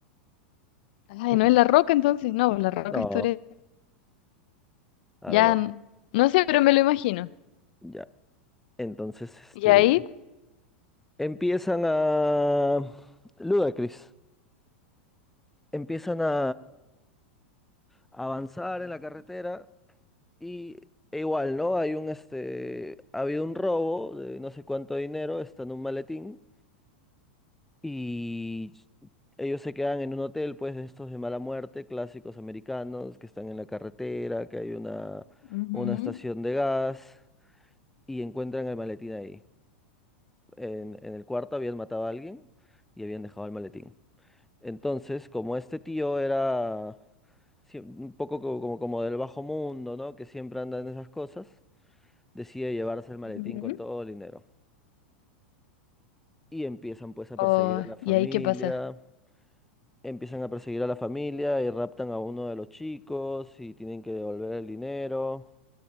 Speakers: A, on the left; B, in the centre.
A: Ay,
B: <laughs>
A: no es La Roca entonces. No, La Roca
B: No,
A: es Toreto
B: a
A: Ya,
B: ver, vamos.
A: n- no sé, pero me lo imagino.
B: Ya. Entonces, este.
A: ¿Y ahí?
B: Empiezan a. Ludacris. Empiezan a avanzar en la carretera y e igual, ¿no? Hay un este. Ha habido un robo de no sé cuánto dinero, está en un maletín. Y ellos se quedan en un hotel, pues, de estos de mala muerte, clásicos americanos, que están en la carretera, que hay una,
A: Ujú,
B: una estación de gas, y encuentran el maletín ahí. En, en el cuarto habían matado a alguien y habían dejado el maletín. Entonces, como este tío era sie- un poco co- como, como del bajo mundo, ¿no? Que siempre anda en esas cosas, decide llevarse el maletín
A: Ujú.
B: con todo el dinero. Y empiezan pues a
A: Oh,
B: perseguir a la familia.
A: ¿y ahí qué pasa?
B: Empiezan a perseguir a la familia y raptan a uno de los chicos y tienen que devolver el dinero